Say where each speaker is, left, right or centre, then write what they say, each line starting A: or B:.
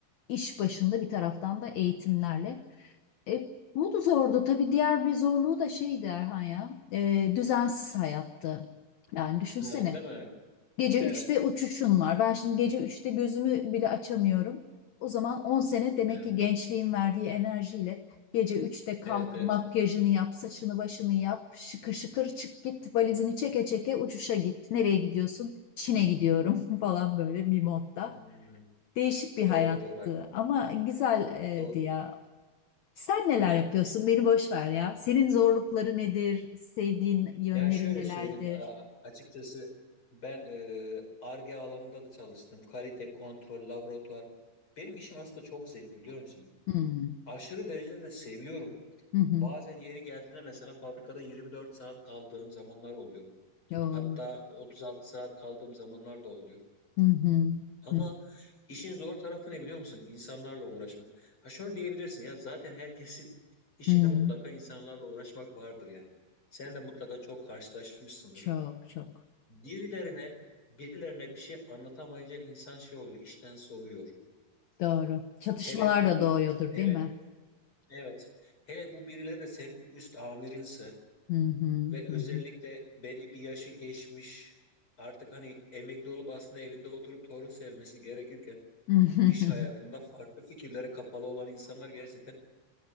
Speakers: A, on the left; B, on the left.
A: iş başında bir taraftan da eğitimlerle. E, bu da zordu tabii diğer bir zorluğu da şeydi Erhan ya e, düzensiz hayattı. Yani düşünsene.
B: Ha, değil mi?
A: Gece
B: Evet.
A: üçte uçuşun var. Ben şimdi gece üçte gözümü bile açamıyorum. O zaman 10 sene demek
B: Evet.
A: ki gençliğin verdiği enerjiyle gece üçte
B: Evet.
A: kalk,
B: Evet.
A: makyajını yap, saçını başını yap, şıkır şıkır çık git, valizini çeke çeke uçuşa git. Nereye gidiyorsun? Çin'e gidiyorum <laughs> falan böyle bir modda.
B: Hmm.
A: Değişik bir hayattı
B: Doğru doğru haklı.
A: ama güzeldi
B: Doğru.
A: ya. Sen neler
B: Evet.
A: yapıyorsun? Beni boş ver ya. Senin zorlukları nedir? Sevdiğin yönleri
B: Ya şöyle
A: nelerdir?
B: söyleyeyim a- açıkçası ben e, Ar-Ge alanında da çalıştım. Kalite kontrol laboratuvar. Benim işim aslında çok zevkli biliyor musun?
A: Hmm.
B: Aşırı derecede de seviyorum.
A: Hı hı.
B: Bazen yeri geldiğinde mesela fabrikada 24 saat kaldığım zamanlar oluyor.
A: Yo.
B: Hatta 36 saat kaldığım zamanlar da oluyor.
A: Hı hı.
B: Ama
A: Hı
B: işin zor tarafı ne biliyor musun? İnsanlarla uğraşmak. Ha şunu diyebilirsin ya zaten herkesin <laughs> işinde
A: hı.
B: mutlaka insanlarla uğraşmak vardır yani. Sen de mutlaka çok karşılaşmışsındır.
A: Çok çok
B: Birilerine birilerine bir şey anlatamayınca insan şey olur, işten soğuyor.
A: doğru. Çatışmalar
B: Hele bu
A: da doğuyordur
B: hele
A: değil mi?
B: evet. Hele bu birileri de senin üst amirinse
A: Hı hı.
B: ve özellikle
A: Hı
B: belli bir yaşı geçmiş artık hani emekli olup aslında evinde oturup torun sevmesi gerekirken
A: hı.
B: iş hayatında farklı fikirlere kapalı olan insanlar gerçekten